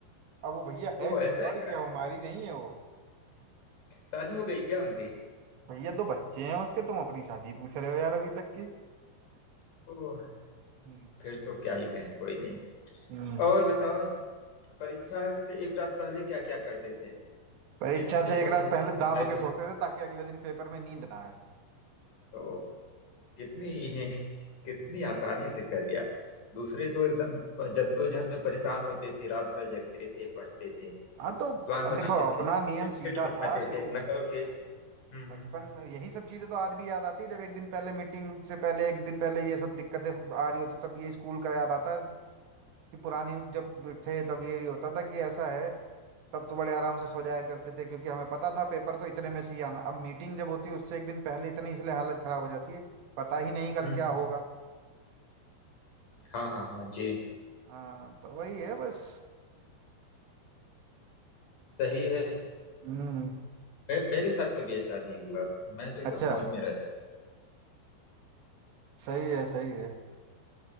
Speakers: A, on the right (about 75°); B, on the left (about 50°).
A: अब वो भैया है
B: ओह
A: किसी
B: ऐसा
A: और
B: है
A: की अब हमारी नहीं है वो
B: शादी हो गई क्या उनके
A: भैया तो बच्चे हैं उसके तुम अपनी शादी पूछ रहे हो यार अभी तक की
B: ओह
A: हम्म
B: फिर तो क्या ही कहें कोई नहीं
A: हम्म।
B: और बताओ परीक्षा से एक रात पहले क्या क्या करते थे
A: परीक्षा
B: जिस दिन पेपर
A: से एक रात
B: होते
A: पहले
B: थे
A: दाब
B: मैं तो
A: के सोते थे ताकि अगले दिन पेपर में नींद ना आए
B: तो कितनी <laughs> कितनी आसानी से कह दिया दूसरे तो एकदम जद्दोजहद में परेशान होते थे रात भर जगते थे पढ़ते थे
A: हाँ तो
B: प्लान बनाते
A: देखो अपना
B: थे
A: नियम
B: चिट
A: सीधा
B: बनाते
A: था शुरू
B: थे
A: से
B: नकल के हम्म हम्म
A: बचपन में यही सब चीजें तो आज भी याद आती है जब एक दिन पहले मीटिंग से पहले एक दिन पहले ये सब दिक्कतें आ रही होती तब ये स्कूल का याद आता है कि पुरानी जब थे तब यही होता था कि ऐसा है तब तो बड़े आराम से सो जाया करते थे क्योंकि हमें पता था पेपर तो इतने में से ही आना अब मीटिंग जब होती है उससे एक दिन पहले इतनी इसलिए हालत खराब हो जाती है पता ही नहीं कल
B: हम्म,
A: क्या
B: हम्म।
A: होगा
B: हाँ हाँ हाँ जी
A: हाँ तो वही है बस
B: सही है
A: हम्म
B: मे, मेरे साथ कभी ऐसा नहीं हुआ मैं तो एकदम
A: अच्छा
B: मौज में
A: सही है सही है